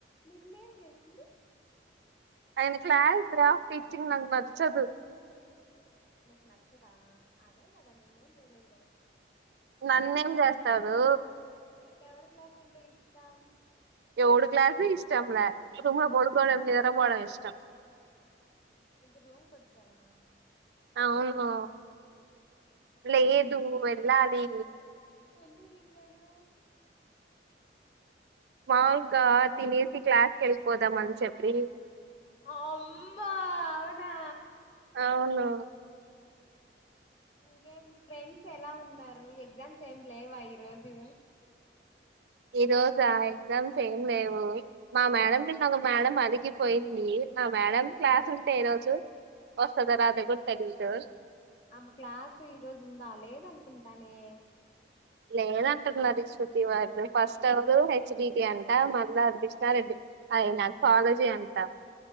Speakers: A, on the left (about 30°); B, on the right (about 60°).
A: నిన్నేం చేసింది
B: అయన క్లాస్ రా టీచింగ్ నాకు నచ్చదు
A: నీకు నచ్చదా అదే కదా నిన్నేం చేయలేదు కదా
B: నన్నేం చేస్తారు.
A: ఎవరి క్లాస్ అంటే ఇష్టం.
B: ఎవడు క్లాస్ ఇష్టంల రూమ్ లో పడుకోవడం లేదా నిద్ర పోవడం ఇష్టం.
A: ఇక రూమ్కి వచ్చమా
B: అవును లేదు వెళ్ళాలి.
A: ఎందుకు తినలేదు
B: మాములుగా తినేసి క్లాస్కి వెళ్ళిపోదామని చెప్పి
A: అమ్మా అవునా
B: అవును
A: ఇంకేం మీ ఫ్రెండ్స్ ఎలా ఉన్నారు ఎగ్జామ్స్ ఏం లేవా ఈరోజు
B: ఈ రోజా ఎగ్జామ్స్ ఏం లేవు. మా మేడం నిన్న ఒక మేడం అలిగిపోయింది. ఆ మేడం క్లాస్ ఉంటే ఈ రోజు వస్తదరాద కూడా తెలియదు.
A: ఆమె క్లాస్ ఈ రోజు ఉందా లేద అనుకుంటు కానీ
B: లేదంటున్నారు. శృతి వాళ్ళు ఫస్ట్ ఎవరు హెచ్ డి టి అంట మళ్ళీ కృష్ణ రెడ్డి అయన కాలేజీ అంట.